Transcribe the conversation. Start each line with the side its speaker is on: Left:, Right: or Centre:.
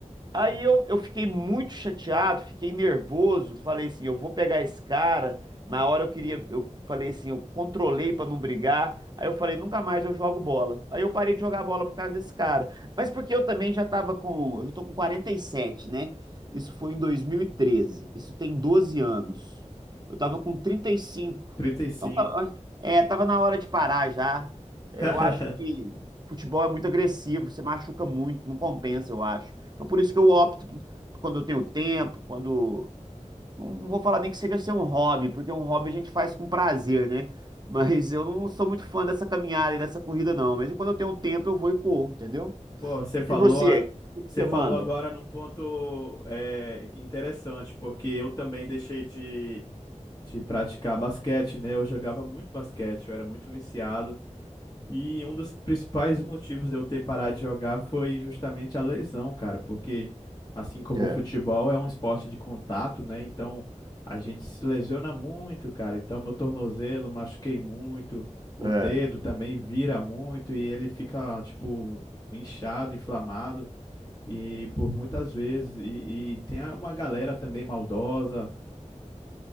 Right: Aí eu, eu fiquei muito chateado, fiquei nervoso, falei assim, eu vou pegar esse cara. Na hora eu queria, eu falei assim, eu controlei pra não brigar. Aí eu falei, nunca mais eu jogo bola. Aí eu parei de jogar bola por causa desse cara. Mas porque eu também já tava com, eu já tô com 47, né? Isso foi em 2013. Isso tem 12 anos. Eu tava com trinta e cinco.
Left: trinta e cinco.
Right: Então, tava- é, tava na hora de parar já. É,
Left: <laughs>
Right: Eu acho que futebol é muito agressivo, você machuca muito, não compensa, eu acho. Então por isso que eu opto quando eu tenho tempo, quando. Não vou falar nem que seja ser um hobby, porque um hobby a gente faz com prazer, né? <laughs> Mas eu não sou muito fã dessa caminhada e dessa corrida, não. Mas quando eu tenho tempo, eu vou e corro, entendeu?
Left: Pô, você falou,
Right: E você?
Left: a-
Right: O que
Left: você
Right: você
Left: falou
Right: manda?
Left: agora num ponto é, que interessante, porque eu também deixei de, de praticar basquete, né? Eu jogava muito basquete, eu era muito viciado. E um dos principais motivos de eu ter parado de jogar foi justamente a lesão, cara, porque assim como
Right: É,
Left: o futebol é um esporte de contato, né? Então a gente se lesiona muito, cara. Então meu tornozelo machuquei muito, o
Right: é,
Left: dedo também vira muito e ele fica, tipo, inchado, inflamado. E por muitas vezes, e, e tem uma galera também maldosa